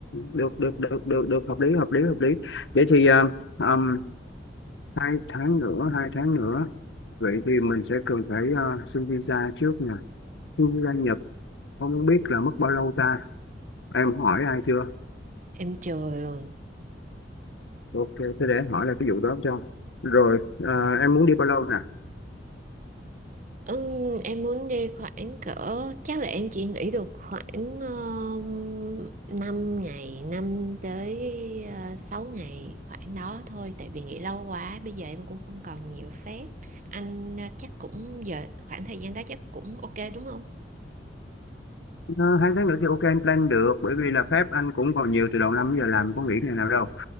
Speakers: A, on the left (about 85°); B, on the right (about 45°).
A: được được được được được hợp lý hợp lý hợp lý vậy thì ờ, ừm, hai tháng nữa hai tháng nữa vậy thì mình sẽ cần phải ờ, xin visa trước nè xin visa Nhật không biết là mất bao lâu ta em hỏi ai chưa
B: Em chừa rồi.
A: ok thế để em hỏi là cái vụ đó cho rồi ờ, em muốn đi bao lâu
B: Ừm, em muốn đi khoảng cỡ chắc là em chỉ nghỉ được khoảng um, 5 ngày 5 tới uh, 6 ngày khoảng đó thôi tại vì nghỉ lâu quá bây giờ em cũng không còn nhiều phép anh uh, chắc cũng giờ khoảng thời gian đó chắc cũng ok đúng không
A: Ờ, hai tháng nữa thì ok anh plan được bởi vì là phép anh cũng còn nhiều từ đầu năm giờ làm có nghỉ ngày nào đâu